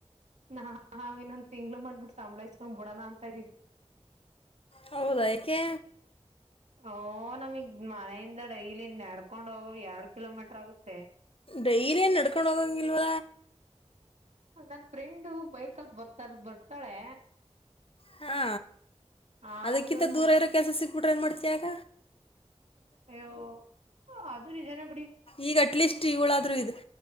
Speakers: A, on the right (about 80°); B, on the left (about 55°).
A: ನಾ ಹ ಇನ್ನೊಂದ್ ತಿಂಗ್ಳ ಮಾಡ್ಬಿಟ್ಟು ಸಂಬಳಾಯಸ್ಕೊಂಡ್ ಬಿಡೋಣ ಅಂತ ಇದ
B: ಹೌದಾ ಯಏಕೆ
A: ಓ ನಮಗ್ ಮನೆಯಿಂದ ಡೈಲಿ ನೆಡ್ಕೊಂಡ್ ಹೋಗ ಎರಡ್ ಕಿಲೋಮೀಟರ್ ಆಗುತ್ತ
B: ಡೈರಿನ್ ಎಡ್ಕೊಂಡ ಹೋಗಂಗಿಲ್ಲವ
A: ನನ್ ಫ್ರೆಂಡು ಬೈಕಲ್ಲಿ ಬರ್ತಾರ ಬರ್ತಾಳೆ
B: ಹಾ
A: ಆದ್ರೂನು
B: ಅದಕ್ಕಿಂತ ದೂರ ಇರೋ ಕೆಲಸ ಸಿಕ್ತ ಊಟ್ರ ನು ಮಾಡ್ತೀಯಾಗ
A: ಅಯ್ಯೋ ಅದು ನಿಜನ ಬಿುಡಿ
B: ಈಗ ಅಟ್ಲೀಸ್ಟ್ ಇವಳಾದ್ರೂ ಇದೆ